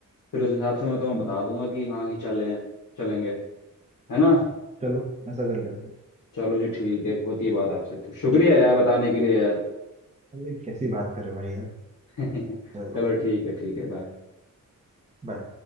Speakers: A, on the left; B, on the right.
A: फिर उस हिसाब से मैं तुम्हें
B: हम्म,
A: बता दूंगा कि हाँ कि चले हैं चलेंगे है ना
B: चलो ऐसा कर लेते हैं
A: चलो जी ठीक है होती है बात आपसे तो शुक्रिया
B: ठीक
A: यार बताने के लिए यार
B: अरे कैसी बात कर रहे हो भाई यार
A: <laughs>
B: चलो
A: चलो ठीक है ठीक है बाय
B: बाय